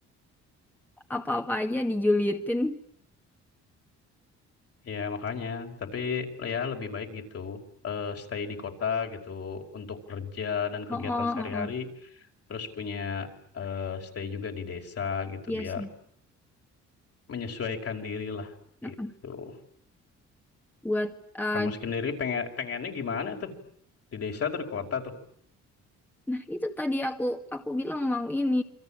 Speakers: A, in the centre; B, on the left (about 50°).
A: apa-apa aja dijulitin.
B: Ya makanya, tapi ya lebih baik gitu eh, stay di kota gitu untuk kerja dan kegiatan
A: Oh, oh,
B: sehari-hari,
A: oh, oh.
B: terus punya eh, stay juga di desa gitu
A: Iya
B: biar
A: sih.
B: menyesuaikan diri lah
A: Ah,
B: gitu.
A: ah. Buat ah,
B: Kamu sendiri pengen pengennya gimana tuh di desa atau di kota tuh?
A: nah itu tadi aku aku bilang mau ini